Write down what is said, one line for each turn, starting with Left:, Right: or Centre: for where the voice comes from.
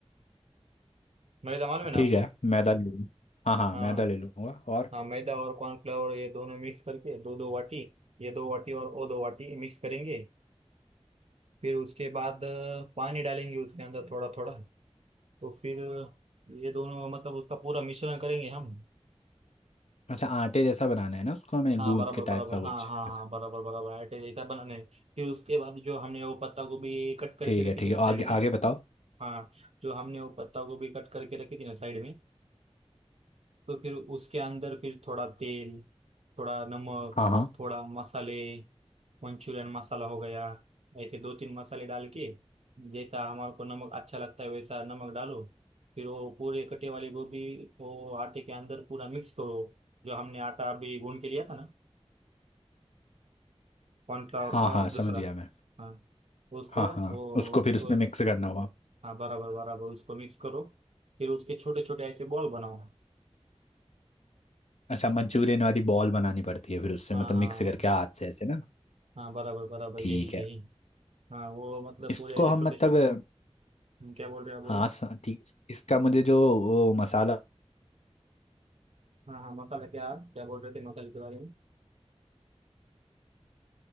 Right: मैदा मालूम है ना
Left: ठीक
Right: आपको
Left: है मैदा ले लूँ हाँ हाँ
Right: हाँ
Left: मैदा
Right: हाँ
Left: ले लूँगा और
Right: हाँ मैदा और कॉर्नफ्लावर ये दोनों मिक्स करके दो दो वाटी ये दो वाटी और वो दो वाटी मिक्स करेंगे फिर उसके बाद अ, पानी डालेंगे उसके अंदर थोड़ा थोड़ा तो फिर ये दोनों मतलब उसका पूरा मिश्रण करेंगे हम
Left: अच्छा आटे जैसा बनाना है ना उसको हमें
Right: हाँ
Left: गूंद
Right: बराबर
Left: के
Right: बराबर
Left: टाइप का कुछ
Right: हाँ हाँ
Left: ऐसा
Right: हाँ बराबर बराबर आटे जैसा बनाने हैं। फिर उसके बाद जो हमने वो पत्ता गोभी कट करके
Left: ठीक
Right: रखी
Left: है ठीक
Right: थी ना
Left: है
Right: साइड
Left: आगे
Right: में
Left: आगे बताओ
Right: हाँ जो हमने वो पत्ता गोभी कट करके रखी थी ना साइड में तो फिर उसके अंदर फिर थोड़ा तेल थोड़ा नमक
Left: हाँ हाँ
Right: थोड़ा मसाले मंचूरियन मसाला हो गया ऐसे दो तीन मसाले डाल के जैसा हमारे को नमक अच्छा लगता है वैसा नमक डालो फिर वो पूरे कटे वाली गोभी वो आटे के अंदर पूरा मिक्स करो जो हमने आटा अभी गूंद के लिया था ना कॉर्नफ्लावर
Left: हाँ
Right: का
Left: हाँ
Right: और
Left: समझ
Right: दूसरा
Left: गया मैं
Right: हाँ उसको
Left: हाँ हाँ
Right: वो
Left: उसको
Right: उसको
Left: फिर उसमें मिक्स करना होगा
Right: हाँ बराबर बराबर उसको मिक्स करो फिर उसके छोटे छोटे ऐसे बॉल बनाओ
Left: अच्छा मंचूरियन वाली बॉल बनानी पड़ती है फिर उससे
Right: हाँ
Left: मतलब
Right: हाँ
Left: मिक्स करके हाथ से ऐसे ना
Right: हाँ बराबर बराबर
Left: ठीक
Right: यही
Left: है
Right: यही हाँ वो मतलब
Left: इसको
Right: पूरे ऐसे
Left: हम
Right: छोटे
Left: मतलब
Right: छोटे क्या बोल रहे हो आप बोलो
Left: हाँ स- ठीक इसका मुझे जो वो मसाला
Right: हाँ हाँ मसाला क्या क्या बोल रहे थे मसाले के बारे में